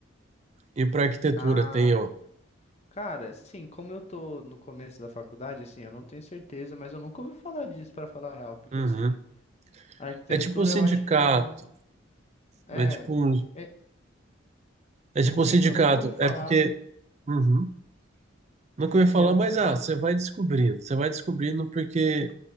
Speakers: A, on the right; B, on the left.
A: e para arquitetura
B: Ah,
A: tem o.
B: Cara, sim, como eu tô no começo da faculdade, assim, eu não tenho certeza, mas eu nunca ouvi falar disso, pra falar a real, porque,
A: Uhum.
B: assim, a arquitetura
A: É tipo um sindicato,
B: eu acho que é um ramo. É,
A: é tipo um,
B: é,
A: é tipo
B: sim,
A: um sindicato,
B: eu nunca ouvi falar,
A: é porque Uhum. Nunca
B: porque
A: ouvi falar,
B: é um.
A: mas ah,
B: al-
A: você vai descobrindo. Você vai descobrindo porque